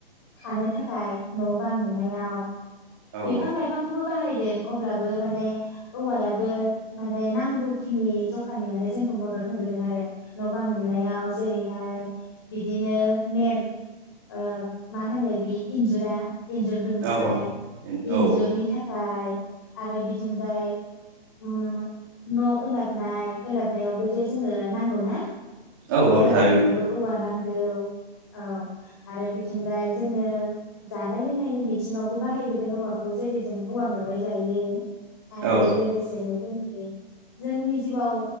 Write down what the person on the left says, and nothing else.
थानो थाखाय न' बां लुनायाव
बिफां लाइफांखौबो बाहायदों अब्लाबो माने औवायाबो माने नांगौखिनि जखानि माने जोंखौ मदद होबोदों आरो न'बां लुनायाव जेरैहाय बिदिनो मेर ओ मा होनो बे इन्जुरा इन्जुर दुमनाय
इन्जुरनि
थाखा खाय आरो बिथिंजाय उम न' ओलाब नाय ओलाबनायावबो जे जोंनो नांगौ ना?
न'
ओलाबनायावबो
औवा नां गौ औ आरो बिथिंजाय जोङो जानाय लोंनायनि बिथिङावबो बाहायबोदों औवाखौ जेरै जों औवा मेवाइ जायो। आरो
लोगोसेनो जोंनि जोंनि जिउआव